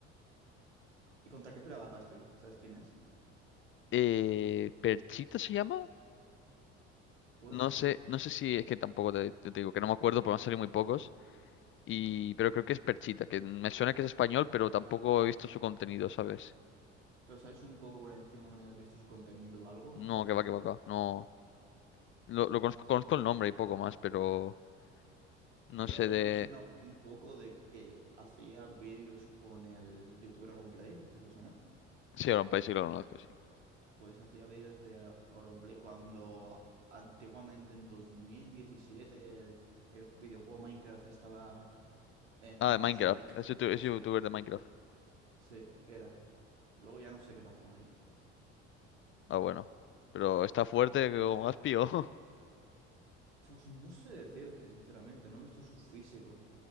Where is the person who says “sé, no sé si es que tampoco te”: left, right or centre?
Left